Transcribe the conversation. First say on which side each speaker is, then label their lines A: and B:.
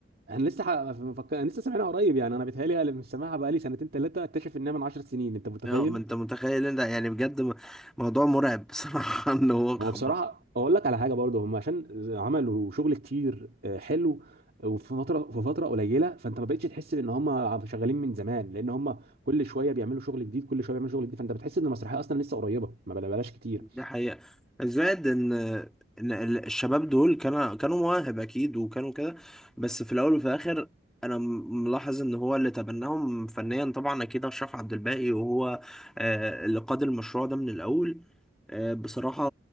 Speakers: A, on the right (about 55°); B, in the centre.
A: انا لسه ح... مفكر... انا لسه سامعها قريب يعني انا بيتهيألي انا مش سامعها بقالي سنتين ثلاثه اكتشف انها من 10 سنين انت متخيل
B: اه ما انت متخيل ان ده يعني بجد م- موضوع مرعب بصراحه <laughs> ان هو خبط
A: هو بصراحه اقول لك على حاجه برضه هم عشان عملوا شغل كتير آه، حلو وفي فتره في فتره قليله فانت ما بقتش تحس ان هم شغالين من زمان لان هم كل شويه بيعملوا شغل جديد كل شويه بيعملوا شغل جديد فانت بتحس ان المسرحيه اصلا لسه قريبه ما بلا- بلاش كتير
B: دي حقيقة زائد ان ان ال- الشباب دول كانوا كانوا مواهب اكيد وكانوا كده بس في الاول وفي الاخر انا م- ملاحظ ان هو اللي تبناهم فنيا طبعا اكيد اشرف عبد الباقي وهو آه، اللي قاد المشروع ده من الاول آه، بصراحة